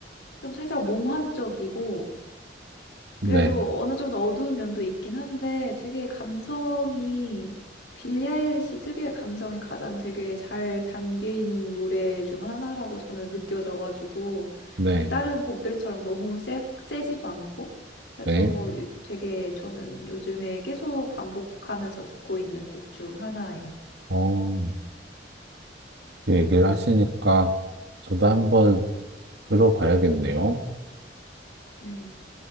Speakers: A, on the left; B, on the right.
A: 좀 살짝 몽환적이고
B: 네,
A: 그래도 어느 정도 어두운 면도 있긴 한데 되게 감성이 빌리 아일리시 특유의 감성이 가장 되게 잘 담긴 노래 중 하나라고 저는 느껴져가지고
B: 네,
A: 그 다른 곡들처럼 너무 세, 세지도 않고 그래서
B: 네.
A: 되게 저는 요즘에 계속 반복하면서 듣고 있는 곡 중 하나예요.
B: 어, 그 얘기를 하시니까 저도 한번 들어봐야겠네요.
A: 네.